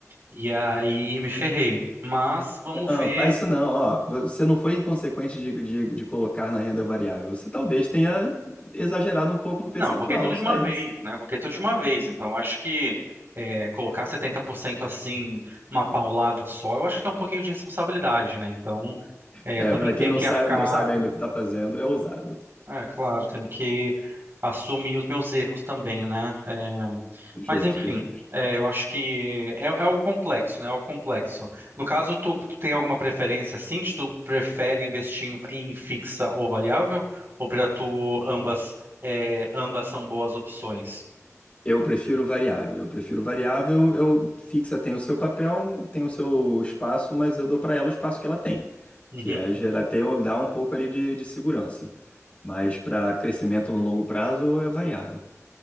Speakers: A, on the right; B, on the left.
A: E aí me ferrei. Mas vamos
B: Não,
A: ver.
B: faz isso não. Ó, você não foi inconsequente de, de, de colocar na renda variável. Você talvez tenha exagerado um pouco no percentual,
A: Não, eu coloquei tudo
B: só
A: de uma
B: isso.
A: vez, né? Eu coloquei tudo de uma vez. Então, acho que é, colocar 70% assim, uma paulada só, eu acho que é um pouquinho de responsabilidade, né? Então, é,
B: É,
A: eu também
B: é para quem
A: tenho
B: não
A: que
B: sabe,
A: arcar.
B: não sabe ainda o que está fazendo, é ousado.
A: É, claro, tenho que assumir os meus erros também, né? É,
B: Justo,
A: Mas enfim,
B: justo.
A: é, eu acho que é, é o complexo, né? É o complexo. No caso, tu, tu tem alguma preferência assim? Se Tu prefere investir em, em fixa ou variável? Ou para tu ambas, é, ambas são boas opções?
B: Eu prefiro variável. Eu prefiro variável. Eu fixa tem o seu papel, tem o seu espaço, mas eu dou para ela o espaço que ela tem,
A: Uhum,
B: que é gerar ter, um, dar um pouco ali de, de segurança. Mas para crescimento no longo prazo é variável.